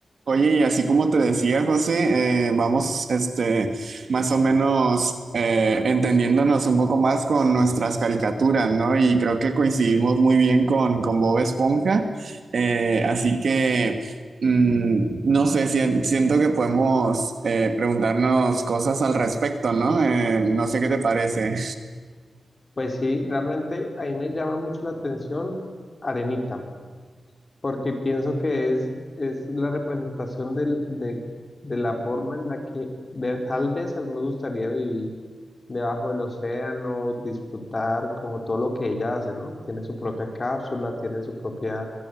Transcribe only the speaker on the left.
Pues sí, realmente ahí me llama mucho la atención Arenita. porque pienso que es, es la representación del, de, de la forma en la que de, tal vez a mí me gustaría vivir debajo del océano, disfrutar como todo lo que ella hace, ¿no? Tiene su propia cápsula, tiene su propia